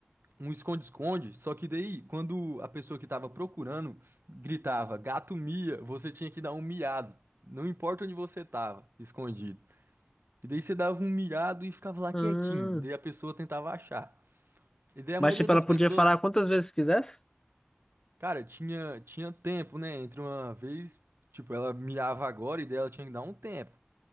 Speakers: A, on the right (about 70°); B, on the left (about 15°).
A: um esconde-esconde, só que daí, quando a pessoa que tava procurando gritava gato-mia, você tinha que dar um miado. Não importa onde você tava, escondido. E daí você dava um miado e ficava lá
B: Ah,
A: quietinho. Daí a pessoa tentava achar. E daí a
B: mas,
A: maioria
B: tipo,
A: das
B: ela
A: pessoas,
B: podia falar quantas vezes quisesse?
A: cara, tinha, tinha tempo, né? Entre uma vez, tipo, ela miava agora e daí ela tinha que dar um tempo.